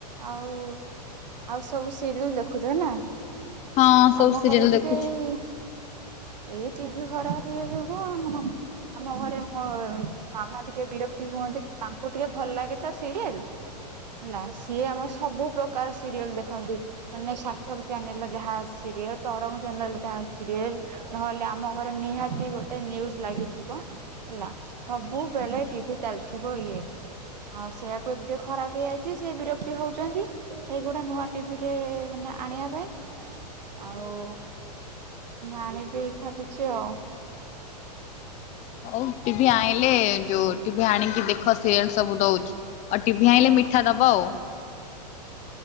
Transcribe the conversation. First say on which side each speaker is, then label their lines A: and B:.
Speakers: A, on the right; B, on the left.
A: ଆଉ ଆଉ ସବୁ ସିରିଏଲ ଦେଖୁଛନ୍ତି ନା।
B: ଆଉ ହଁ ସବୁ
A: ଆମ
B: ସିରିଏଲ
A: ଘରେ ଟିକେ
B: ଦେଖୁଛି
A: ଏଇ ଏଇ ଟିଭି ଖରାପ ଇଏ ଯୋଗୁ ଆମ ଘରେ ମୋ ମାମା ଟିକେ ବିରକ୍ତି ହୁଅନ୍ତି। ତାଙ୍କୁ ଟିକେ ଭଲ ଲାଗେ ତ ସିରିଏଲ। ହେଲା ସିଏ ଆମର ସବୁ ପ୍ରକାର ସିରିଏଲ ଦେଖନ୍ତି। ମାନେ ସାର୍ଥକ ଚ୍ୟାନେଲ ର ଯାହା ସିରିଏଲ, ତରଙ୍ଗ ଚ୍ୟାନେଲର ଯାହା ସିରିଏଲ। ନହେଲେ ଆମ ଘରେ ନିହାତି ଗୋଟେ ନିୟୁଜ୍ ଲାଗିଥିବ। ହେଲା। ସବୁବେଳେ ଟିଭିି ଚାଲିଥିବ ଇଏ। ଆଉ ସେଇଆକୁ ଏବେ ଟିକେ ଖରାପ ହେଇଯାଇଛି ସେ ବିରକ୍ତି ହଉଛନ୍ତି। ଏଇ ଗୋଟେ ନୂଆ ଟିଭି ଟେ ମାନେ ଆଣିବା ପାଇଁ। ଆଉ ଆଣିବି ଭାବିଛି ଆଉ।
B: ହଉ ଟିଭି ଆଣିଲେ ଯୋଉ ଟିଭି ଆଣିକି ଦେଖ, ସିରିଏଲ ସବୁ ଦଉଛି। ଆଉ ଟିଭିି ଆଣିଲେ ମିଠା ଦେବ ଆଉ।